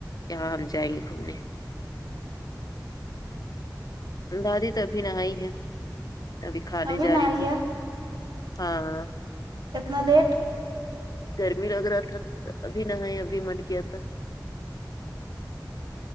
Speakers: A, on the left; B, on the right.
A: کے ہاں ہم جائیں گے گھومنے
B: جی
A: دادی تو ابھی نہائی ہے تبھی کھانے
B: ابھی
A: جا
B: نہائی
A: رہی تھی
B: ہے
A: ہاں
B: اتنا لیٹ
A: گرمی لگ رہا تھا ابھی نہائی ابھی من کیا تو